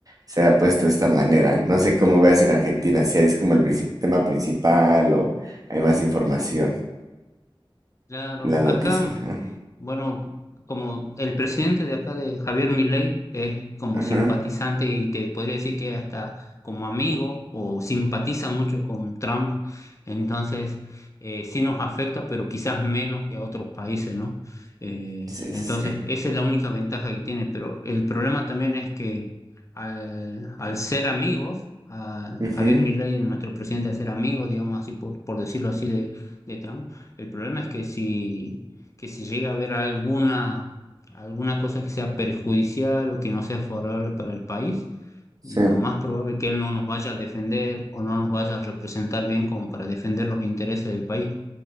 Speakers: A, on the right; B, on the left.
A: se ha puesto de esta manera. No sé cómo veas en Argentina, si es como el princip- tema principal o hay más información
B: Claro,
A: en las noticias.
B: acá,
A: Ajá,
B: bueno, como el presidente de acá de Javier Milei es como
A: ajá,
B: simpatizante y te podría decir que hasta como amigo o simpatiza mucho con Trump, entonces eh, sí nos afecta, pero quizás menos que a otros países, ¿no? Eh,
A: sí,
B: entonces
A: sí, sí.
B: esa es la única ventaja que tiene, pero el problema también es que al, al ser amigos, a
A: Ujú,
B: Javier Milei, nuestro presidente, al ser amigo, digamos así, por, por decirlo así, de de Trump, el problema es que si, que si llega a haber alguna, alguna cosa que sea perjudicial o que no sea favorable para el país,
A: Sí,
B: lo más probable es que él no nos vaya a defender o no nos vaya a representar bien como para defender los intereses del país